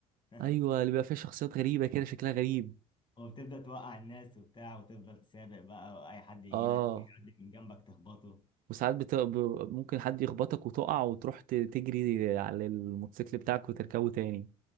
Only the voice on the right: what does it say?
ايوه اللي بيبقى فيها شخصيات غريبه كده شكلها غريب
اه
وساعات بت... ب... ممكن حد يخبطك وتقع وتروح ت- تجري على الموتوسيكل بتاعك وتركبه تاني